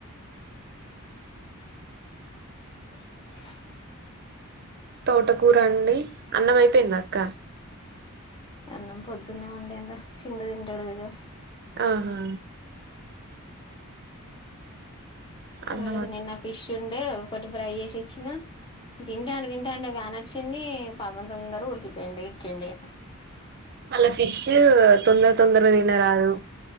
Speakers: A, on the left; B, on the right.
A: <inaudible>
B: తోటకూర వండి అన్నం అయిపోయిందా అక్క
A: అన్నం పొద్దున్నే వండిరా చిన్ను తింటాడు కదా
B: ఆహా
A: కూడదు
B: అన్నం
A: నిన్న ఫిష్ చుండే ఒకటి ఫ్రై చేసి ఇచ్చిన తింటా అంటే తింటా అంటే వ్యాన వచ్చింది పాపం తొందరగా ఉరికిపోయిడి ఎక్కిండే
B: మల్ల ఫిష్ తొందర తొందరగా తినరాదు